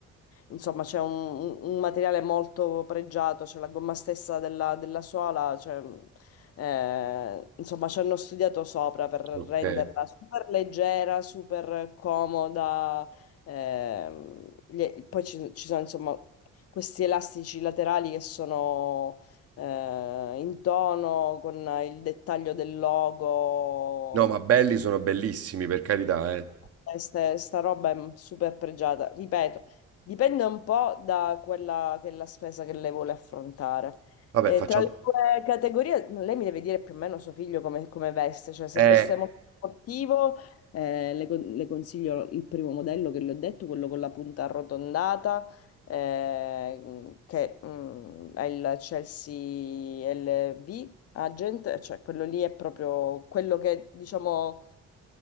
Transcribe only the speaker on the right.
ok.
No, ma belli sono bellissimi, per carità, eh.
Vabbè,
facciamo...
Eh,